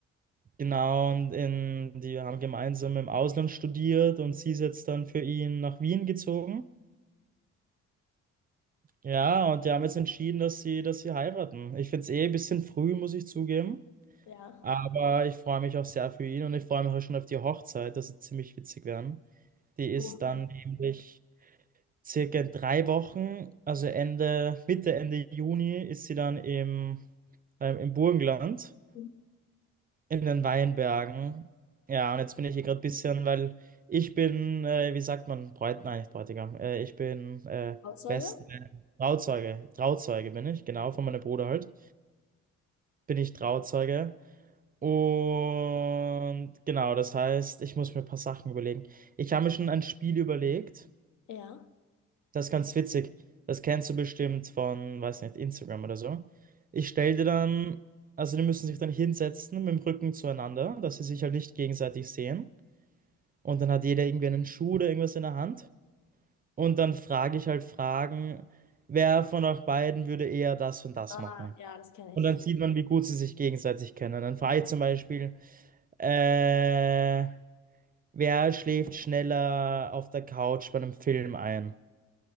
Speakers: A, on the right (about 30°); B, on the left (about 75°).
A: Genau, und in, die haben gemeinsam im Ausland studiert und sie ist jetzt dann für ihn nach Wien gezogen. Ja, und die haben jetzt entschieden, dass sie, dass sie heiraten. Ich finde es eh ein bisschen früh, muss ich zugeben.
B: Ja.
A: Aber ich freue mich auch sehr für ihn und ich freue mich auch schon auf die Hochzeit. Das wird ziemlich witzig werden. Die ist
B: Wo-
A: dann nämlich circa in drei Wochen, also Ende, Mitte, Ende Juni, ist sie dann im, ähm, im Burgenland.
B: Mhm.
A: in den Weinbergen. Ja, und jetzt bin ich hier gerade ein bisschen, weil ich bin, äh, wie sagt man, Bräut, nein, nicht Bräutigam, äh, ich bin äh,
B: Trauzeuge?
A: Best, äh, Trauzeuge, Trauzeuge bin ich, genau, von meinem Bruder halt, bin ich Trauzeuge. Und genau, das heißt, ich muss mir ein paar Sachen überlegen. Ich habe mir schon ein Spiel überlegt,
B: Ja.
A: das ist ganz witzig, das kennst du bestimmt von, weiß nicht, Instagram oder so. Ich stelle dir dann, also die müssen sich dann hinsetzen mit dem Rücken zueinander, dass sie sich halt nicht gegenseitig sehen. Und dann hat jeder irgendwie einen Schuh oder irgendwas in der Hand. Und dann frage ich halt Fragen, wer von euch beiden würde eher das und das
B: Ah,
A: machen?
B: ja, das kenne
A: Und
B: ich.
A: dann sieht man, wie gut sie sich gegenseitig kennen. Dann frage ich zum Beispiel, äh, wer schläft schneller auf der Couch bei einem Film ein?